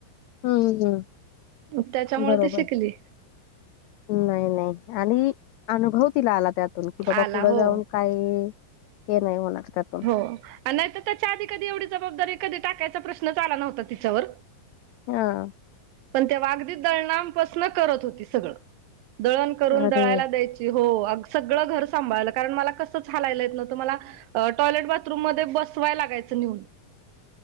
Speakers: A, on the left; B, on the right.
A: हं, हं.
B: न त्याच्यामुळे
A: बरोबर.
B: ती शिकली.
A: नाही नाही आणि अनुभव तीला आला त्यातून, कि बाबा
B: आला
A: पुढं
B: हो.
A: जाऊन काही हे नाही होणार त्यात.
B: हो अन नाही त त्याच्या आधी कधी एवढी जबाबदारी कधी टाकायचा प्रश्नच आला नव्हता तिच्यावर.
A: हा!
B: पण तेवा आगदी दळनानपासन करत होती सगळं, दळण करून
A: अरे
B: दळायला द्याय ची हो आग सगळं घर सांभाळलं, कारण मला कसंचं हालायला येत नव्हतं मला. अ टॉयलेट बाथरूम मध्ये बसवाय लागायचं निऊन,